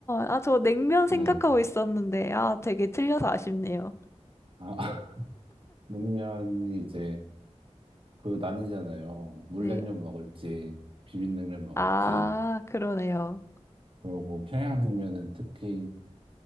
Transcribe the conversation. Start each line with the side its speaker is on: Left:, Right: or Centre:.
Left: 아, 저 냉면
Right: 네.
Left: 생각하고 있었는데, 아, 되게 틀려서 아쉽네요.
Right: 아, <laughs> 냉면이 이제 그 나뉘잖아요. 물냉면
Left: 네.
Right: 먹을지, 비빔냉면 먹을지.
Left: 아, 그러네요.
Right: 그러고 평양냉면은 특히